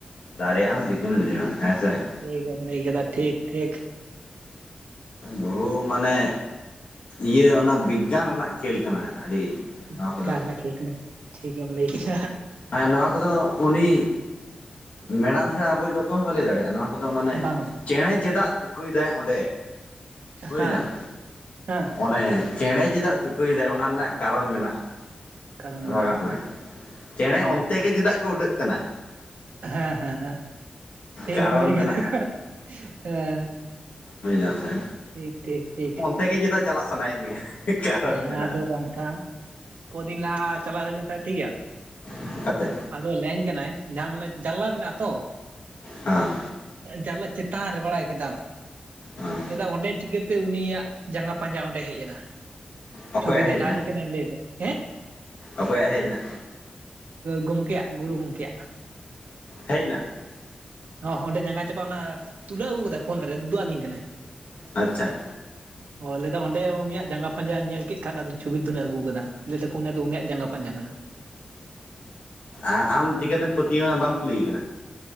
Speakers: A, on the left; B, on the right.
A: ᱫᱟᱨᱮᱭᱟᱜᱼᱟ ᱪᱤᱠᱢ ᱞᱟᱹᱭᱟ ᱦᱮᱸᱥᱮ ᱾
B: ᱴᱷᱤᱠᱮᱢ ᱞᱟᱹᱭ ᱠᱮᱫ ᱴᱷᱤᱠ ᱴᱷᱤᱠ᱾
A: ᱵᱚᱦᱩ ᱢᱟᱱᱮ ᱤᱭᱟᱹ ᱚᱱᱟ ᱵᱤᱜᱽᱜᱟᱱ ᱨᱮᱱᱟᱜ ᱠᱷᱮᱞ ᱠᱟᱱᱟ ᱟᱹᱰᱤ ᱱᱚᱣᱟ
B: ᱚᱠᱟ
A: ᱠᱚᱫᱚ
B: ᱨᱮᱱᱟᱜ ᱠᱷᱮᱞ ᱠᱟᱱᱟ ᱴᱷᱤᱠ ᱜᱮᱢ ᱞᱟᱹᱭ ᱠᱮᱫᱟ
A: ᱱᱚᱣᱟ ᱠᱚᱫᱚ ᱩᱱᱤ ᱢᱮᱰᱟᱢ ᱪᱷᱟᱲᱟ ᱟᱵᱚᱭᱤᱡ ᱫᱚ ᱚᱠᱚᱭ ᱦᱚᱸ ᱵᱟᱹᱭ ᱞᱟᱹᱭ ᱫᱟᱲᱮᱭᱟᱜᱼᱟ ᱱᱚᱣᱟ᱾ ᱫᱚ ᱢᱟᱱᱮ
B: ᱵᱟᱝ
A: ᱪᱮᱬᱮ ᱪᱮᱫᱟᱜ ᱛᱩᱠᱟᱹᱭᱫᱟᱭ ᱚᱸᱰᱮ ᱵᱩᱡ
B: ᱦᱮᱸ
A: ᱫᱟᱢ
B: ᱦᱮᱸ
A: ᱟᱱᱮ ᱪᱮᱬᱮ ᱪᱮᱫᱟᱜ ᱛᱩᱠᱟᱹᱭᱫᱟᱭ ᱚᱱᱟ ᱨᱮᱱᱟᱜ ᱠᱟᱨᱚᱱ ᱢᱮᱱᱟᱜᱼᱟ ᱾
B: ᱠᱟᱨᱚᱱ ᱢᱮᱱᱟᱜᱼᱟ
A: ᱵᱷᱟᱜᱟᱜ ᱢᱮ ᱪᱮᱸᱬᱮ
B: ᱢᱟ
A: ᱚᱱᱛᱮ ᱜᱮ ᱪᱮᱫᱟᱜ ᱠᱚ ᱩᱰᱟᱹᱜ ᱠᱟᱱᱟ?
B: ᱦᱮᱸ, ᱦᱮᱸ, ᱦᱮᱸ ᱴᱷᱤᱠ
A: ᱠᱟᱨᱚᱱ
B: ᱮᱢ ᱞᱟᱹᱭ
A: ᱢᱮᱱᱟᱜᱼᱟ
B: ᱠᱮᱫᱟ ᱦᱮᱸ᱾
A: ᱦᱩᱭ ᱱᱟ ᱥᱮ᱾
B: ᱴᱷᱤᱠ, ᱴᱷᱤᱠ, ᱴᱷᱤᱠ᱾
A: ᱚᱰᱮ ᱜᱮ ᱪᱮᱫᱟᱜ ᱪᱟᱞᱟᱜ ᱥᱟᱱᱟᱭᱮᱫ ᱢᱮᱭᱟ? ᱠᱟᱨᱚᱱ
B: ᱦᱮᱸ
A: ᱢᱮᱱᱟᱜᱼᱟ
B: ᱟᱫᱚ ᱵᱟᱝ ᱠᱷᱟᱱ ᱠᱚ ᱫᱤᱱ ᱞᱟᱦᱟ ᱪᱟᱞᱟᱜ ᱦᱩᱭ ᱞᱮᱱ ᱠᱷᱟᱱ ᱴᱷᱤᱠ ᱜᱮᱭᱟ᱾
A: ᱚᱱᱠᱟᱛᱮ
B: ᱟᱫᱚ ᱞᱟᱹᱭ ᱟᱹᱧ ᱠᱟᱱᱟᱭ ᱡᱟᱦᱟ ᱢᱟᱱᱮ ᱡᱟᱱᱞᱟ ᱢᱮᱱᱟᱜ ᱛᱚ᱾
A: ᱦᱮᱸ᱾
B: ᱡᱟᱱᱞᱟ ᱪᱮᱛᱟᱱ ᱨᱮ ᱵᱟᱲᱟᱭ ᱠᱮᱫᱟᱢ
A: ᱦᱮᱸ
B: ᱞᱟᱹᱭ-ᱟ ᱚᱸᱰᱮ ᱪᱤᱠᱟᱹ ᱛᱮ‌ ᱩᱱᱤᱭᱟᱜ ᱡᱟᱸᱜᱟ ᱯᱟᱸᱢᱟ ᱚᱸᱰᱮ ᱦᱮᱡ ᱮᱱᱟ᱾
A: ᱚᱠᱚᱭᱟᱜ
B: ᱪᱷᱩᱵᱤ ᱫᱮᱠᱷᱟᱣ
A: ᱦᱮᱡ ᱮᱱᱟ
B: ᱟᱹᱞᱤᱧ ᱠᱟᱱᱟᱭ ᱞᱟᱹᱭ ᱫᱟᱭ ᱦᱮᱸ᱾
A: ᱚᱠᱚᱭᱟᱜ ᱦᱮᱡ ᱮᱱᱟ
B: ᱜᱚᱝᱠᱮᱭᱟᱜ ᱜᱩᱨᱩ ᱜᱚᱝᱠᱮ‌ᱭᱟᱜ᱾
A: ᱦᱮᱡᱱᱟ ᱾
B: ᱦᱚ ᱚᱸᱰᱮ ᱡᱟᱸᱜᱟ ᱪᱟᱯᱟᱜ ᱚᱱᱟ ᱛᱩᱞᱟᱹᱣ ᱟᱹᱜᱩ ᱠᱟᱫᱟ ᱯᱷᱳᱱ ᱨᱮ ᱩᱫᱩᱜ ᱟᱹᱞᱤᱧ ᱠᱟᱱᱟᱭ᱾
A: ᱟᱪᱪᱷᱟ᱾
B: <inaudible> ᱚ ᱞᱟᱹᱭ ᱫᱟ ᱚᱸᱰᱮ ᱩᱱᱤᱭᱟᱜ ᱡᱟᱸᱜᱟ ᱯᱟᱸᱡᱟ ᱧᱮᱞ ᱠᱮᱫ ᱠᱷᱟᱱ ᱟᱫᱚᱧ ᱪᱷᱚᱵᱤ ᱛᱩᱞᱟᱹᱣ ᱟᱹᱜᱩ ᱠᱟᱫᱟ ᱞᱟᱹᱭ ᱫᱟ ᱠᱚ ᱚᱱᱟ ᱫᱚ ᱩᱱᱤᱭᱟᱜ ᱡᱟᱸᱜᱟ ᱯᱟᱸᱡᱟ ᱠᱟᱱᱟ᱾
A: ᱟᱸᱻ ᱟᱢ ᱪᱤᱠᱟᱹ ᱛᱮᱢ ᱯᱟᱹᱛᱭᱟᱹᱣ ᱮᱱᱟ ᱵᱟᱢ ᱠᱩᱞᱤ ᱠᱟᱱᱟ?